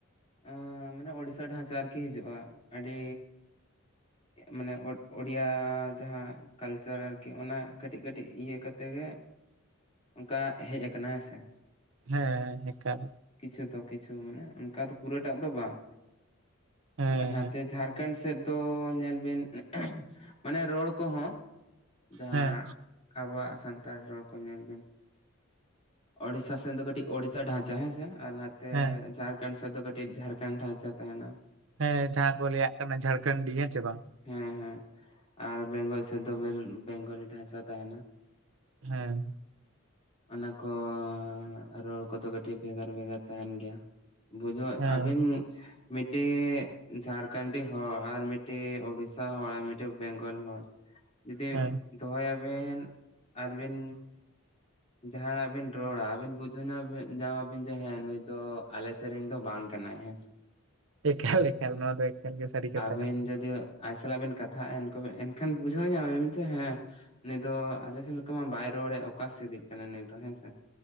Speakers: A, on the left; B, on the right.
A: ᱟᱸ ᱢᱟᱱᱮ ᱳᱰᱤᱥᱥᱟ ᱰᱷᱟᱪᱟ ᱟᱨ ᱠᱤ ᱦᱤᱡᱩᱜᱼᱟ, ᱟᱹᱰᱤ ᱢᱟᱱᱮ ᱳᱴ ᱳᱰᱤᱭᱟ ᱡᱟᱦᱟᱸ ᱠᱟᱞᱪᱟᱨ ᱟᱨᱠᱤ ᱠᱤ ᱚᱱᱟ ᱠᱟᱹᱴᱤᱡ ᱠᱟᱹᱴᱤᱡ ᱤᱭᱟᱹ ᱠᱟᱛᱮ ᱜᱮ, ᱚᱱᱠᱟ ᱦᱮᱡ ᱟᱠᱟᱱᱟ ᱦᱮᱸᱥᱮ
B: ᱦᱮᱸ ᱮᱠᱟᱞ
A: ᱠᱤᱪᱷᱩ ᱫᱚ ᱾ ᱠᱤᱪᱷᱩ ᱢᱟᱱᱮ ᱚᱱᱠᱟ ᱫᱚ ᱯᱩᱨᱟᱹᱴᱟᱜ ᱫᱚ ᱵᱟᱝ
B: ᱦᱮᱸ
A: ᱱᱟᱛᱮ
B: ᱦᱮᱸ
A: ᱡᱷᱟᱲᱠᱷᱚᱸᱰ ᱠᱟᱱᱰ ᱥᱮᱫ ᱫᱚ ᱧᱮᱞ ᱵᱤᱱ ᱮᱸᱦᱜ ᱢᱟᱱᱮ ᱨᱚᱲ ᱠᱚᱦᱚᱸ ᱡᱟᱦᱟᱸ
B: ᱦᱮᱸ
A: ᱟᱵᱚᱣᱟᱜ ᱥᱟᱱᱛᱟᱲ ᱨᱚᱲ ᱠᱚ ᱧᱮᱞ ᱵᱤᱱ ᱳᱰᱤᱥᱥᱟ ᱥᱮᱱ ᱫᱚ ᱠᱟᱹᱴᱤᱡ ᱳᱰᱤᱥᱥᱟ ᱰᱷᱟᱟᱸᱪᱟ ᱦᱮᱸᱥᱮ, ᱟᱨ ᱱᱟ ᱛᱮ
B: ᱦᱮᱸ
A: ᱡᱷᱟᱲᱠᱷᱚᱱᱰ ᱥᱮᱫ ᱫᱚ ᱠᱟᱹᱴᱤᱡ ᱡᱷᱟᱨᱠᱷᱚᱱᱰ ᱰᱷᱟᱪᱟ ᱛᱟᱦᱮᱱᱟ ᱾
B: ᱦᱮᱸ ᱡᱟᱦᱟᱸ ᱠᱚ ᱞᱟᱹᱭᱟᱜ ᱠᱟᱱᱟ, ᱡᱷᱟᱲᱠᱷᱚᱱᱰᱤ ᱦᱮᱸ ᱪᱮ ᱵᱟᱝ?
A: ᱦᱮᱸ ᱦᱮᱸ ᱟᱨ ᱵᱮᱝᱜᱚᱞ ᱥᱮᱜ ᱫᱚ ᱵᱮᱞ ᱵᱮᱝᱜᱚᱞᱤ ᱾ ᱴᱷᱟᱪᱟ ᱛᱟᱦᱮᱱᱟ᱾
B: ᱦᱮᱸ
A: ᱚᱱᱟ ᱠᱚᱸ ᱨᱚᱲ ᱠᱚᱫᱚ ᱠᱟᱹᱴᱤᱡ ᱵᱷᱮᱜᱟᱨ ᱵᱷᱮᱜᱟᱨ ᱛᱟᱦᱮᱱ ᱜᱮᱭᱟ᱾ ᱵᱩᱡᱷᱟᱹᱣ
B: ᱦᱮᱸ
A: ᱟᱵᱤᱱ ᱢᱤᱫᱴᱮᱡ ᱡᱷᱟᱲᱠᱷᱚᱱᱰᱤ ᱦᱚᱲ ᱟᱨ ᱢᱤᱫ ᱴᱮ ᱳᱲᱤᱥᱥᱟ ᱦᱚᱲ ᱟᱨ ᱢᱤᱫᱴᱮᱡ ᱵᱮᱝᱜᱚᱞ ᱦᱚᱲ, ᱡᱩᱫᱤ
B: ᱦᱮᱸ
A: ᱫᱚᱦᱚᱭᱟᱵᱤᱱ ᱟᱨᱵᱤᱱ ᱡᱟᱦᱟᱸᱱᱟᱜ ᱵᱤᱱ ᱨᱚᱲᱟ ᱟᱵᱤᱱ ᱵᱩᱡᱷᱟᱹᱣ ᱧᱟᱢᱟ ᱵᱤᱱ ᱧᱟᱢ ᱟᱵᱤᱱ ᱡᱮ ᱦᱮᱸ ᱱᱩᱭ ᱫᱚ ᱟᱞᱮ ᱥᱮᱫ ᱨᱮᱱ ᱫᱚ ᱵᱟᱝ ᱠᱟᱱᱟᱭ ᱦᱮᱸ ᱥᱮ,
B: ᱮᱠᱟᱞ ᱮᱠᱟᱞ ᱱᱚᱣᱟ ᱫᱚ ᱮᱠᱟᱞ ᱜᱮ ᱥᱟᱹᱨᱤ ᱠᱟᱛᱷᱟ
A: ᱟᱵᱮᱱ
B: ᱠᱟᱱ ᱜᱮᱭᱟ
A: ᱡᱩᱫᱤ ᱟᱡ ᱥᱟᱞᱟᱜ ᱵᱮᱱ ᱠᱟᱛᱷᱟᱜᱼᱟ ᱮᱱ ᱠᱚ ᱮᱱᱠᱷᱟᱱ ᱵᱩᱡᱷᱟᱹᱣ ᱧᱟᱢ ᱟᱵᱮᱱ ᱢᱮᱱᱛᱮ ᱦᱮᱸ ᱱᱤᱛᱚᱜ ᱟᱞᱮ ᱥᱮᱫ ᱞᱮᱠᱟ ᱢᱟ ᱵᱟᱭ ᱨᱚᱲᱮᱫ ᱚᱠᱟ ᱥᱮ ᱫᱤᱜ ᱠᱟᱱᱟᱭ ᱱᱩᱭ ᱫᱚ ᱦᱮᱸᱥᱮ᱾